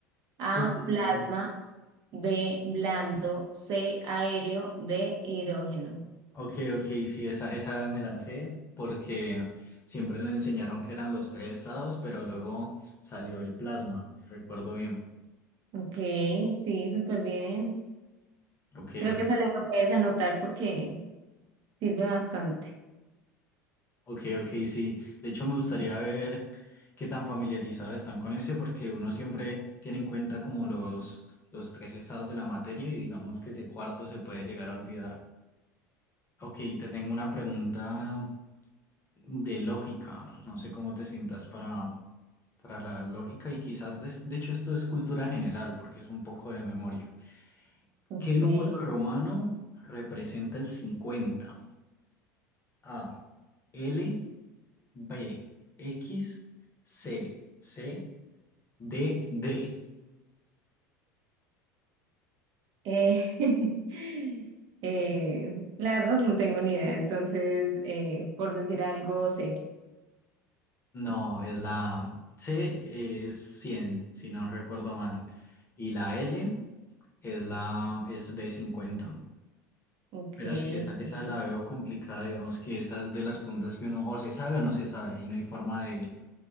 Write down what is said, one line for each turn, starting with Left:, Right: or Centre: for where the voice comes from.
Right: A,
Left: Uh, esa-
Right: plasma, B, blando, C, aéreo, D, hidrógeno.
Left: Ok, ok, sí, esa, esa me la sé porque siempre me enseñaron que eran los tres estados, pero luego salió el plasma. Recuerdo bien.
Right: Ok, sí, súper bien.
Left: Ok,
Right: Creo
Left: ok.
Right: que esa la puedes anotar porque sirve bastante.
Left: Ok, ok, sí. De hecho, me gustaría ver qué tan familiarizados están con ese, porque uno siempre tiene en cuenta como los, los tres estados de la materia y digamos que ese cuarto se puede llegar a olvidar. Ok, te tengo una pregunta de lógica. No sé cómo te sientas para, para la lógica y quizás, des- de hecho, esto es cultura general, porque es un poco de memoria.
Right: Ok.
Left: ¿Qué número romano representa el 50? A, L. B, X, C, C, D, D.
Right: Eh, <laughs> eh, la verdad no tengo ni idea, entonces, eh, por decir algo, sé.
Left: No, es la C es cien si no recuerdo mal. Y la L es la es de cincuenta
Right: Ok,
Left: Pero sí, esa, esa
Right: ok.
Left: la veo complicada, digamos que esas de las preguntas que uno o se sabe o no se sabe, y no hay forma de,